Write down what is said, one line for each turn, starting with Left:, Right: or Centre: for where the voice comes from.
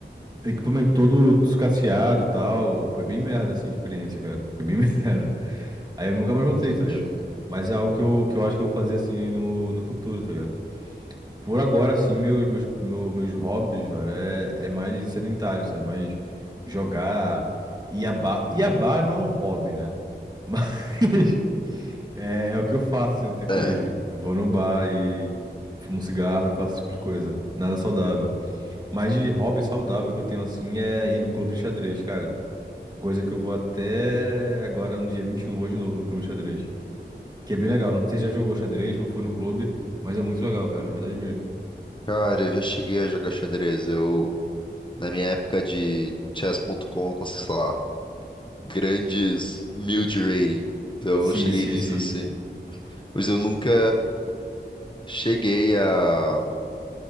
Right: Equipamento todo sucateado e tal. Foi bem merda, assim, a experiência, cara. Foi bem <laughs> merda. Aí eu nunca mais voltei,
Left: Entendi.
Right: tá ligado? Mas é algo que eu, que eu acho que eu vou fazer, assim, no, no futuro, tá ligado? Por agora, assim, meus, meus, meu- meus hobbies, velho, é, é mais sedentário, sabe? Mais jogar. Iabá. Iabá não é um hobby, né? Mas <laughs> é, é o que eu faço, assim, no tempo
Left: É,
Right: livre. Eu vou no bar e fumo cigarro e faço esse tipo de coisa. Nada saudável. Mas de hobby saudável que eu tenho assim é ir no clube de xadrez, cara. Coisa que eu vou até agora no dia 21, vou de novo no clube de xadrez. Que é bem legal. Não sei se já jogou xadrez ou foi no clube, mas é muito legal, cara. É verdade mesmo.
Left: cara, eu já cheguei a jogar xadrez. Eu, na minha época de chess.com, eu consegui, sei lá, grandes mil de rating. Então
Right: Sim,
Left: eu cheguei
Right: sim,
Left: nisso
Right: sim.
Left: assim. Mas eu nunca cheguei a,